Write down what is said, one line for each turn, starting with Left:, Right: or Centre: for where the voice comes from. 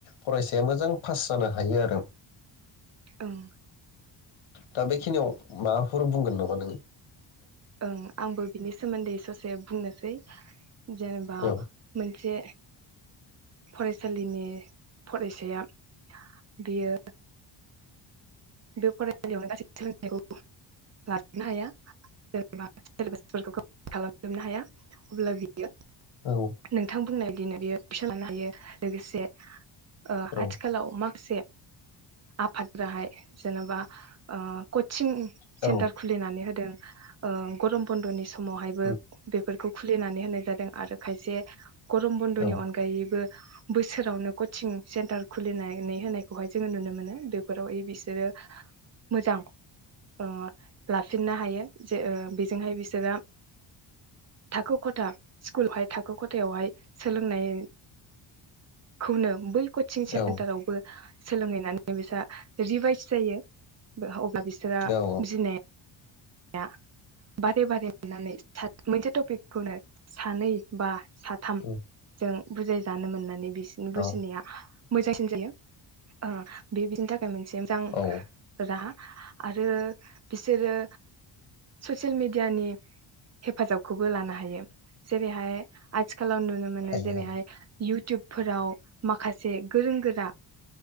Left: फरायसाया मोजां पास जानो हायो आरो
Right: ओं
Left: दा बेखिनियाव माबाफोर बुंगोन नामा नोङो
Right: ओम आंबो बिनि सोमोन्दै ससे बुंनोसै जेनेबा
Left: औ
Right: मोनसे फरायसालिनि फरायसाया बियो बे फरायसालियावनो गासै सोलोंथायखौ लाजोबनो हाया जे सिलेबासफोरखौ कमप्लिट खालामजोबनो हाया अब्ला बियो <unintelligible>
Left: ओं
Right: नोंथां बुंनाय बिदिनो बेयो फिसा लानो हायो लोगोसे ओ
Left: औ
Right: आथिखालाव मा से आफाद ग्राहाय जेनेबा ओ खथ चिं
Left: औ
Right: सेन्टार खुलिनानै होदों ओ गरम बन्द'नि सम समावहायबो
Left: उम
Right: बेफोरखौ खुलिनानै होनाय जादों आरो खायसे गरम बन्द'नि
Left: औ
Right: अनगायैबो बोसोरावनो कचिं सेन्टार खुलिनानै होनायखौहाय जोङो नुनो मोनो बेफोराव ए बि सि बिसोरो मोजां अ लाफिननो हायो जे ओ जोंहाय बिसोरो थाखो खथा स्कुलहाय थाखो खथायावहाय सोलोंनाय खौनो बै कचिं सेन्टारावबो
Left: औ
Right: सोलोंहैनानै बिसा रिभाइस सिथायो अब होमा बिसोरा
Left: औ
Right: बुजिनाया आं बारे बारे मोननानै मोनसे टपिकखौनो सानै बा साथामजों
Left: उम
Right: बुजाय जानो मोननानै बि <unintelligible> बिसिनि बुजिनाया
Left: औ
Right: मोजांसिन जायो ओ बे बिदिनो थाखाय बे मोनसे मोजां
Left: औ
Right: राहा आरो बिसोरो ससियेल मिडिया नि हेफाजाबखौबो लानो हायो जेरैहाय आथि खालाम नुनो मोनो
Left: हायो
Right: जेरैहाय
Left: हायो
Right: इउटुबफोराव माखासे गोरों गोरा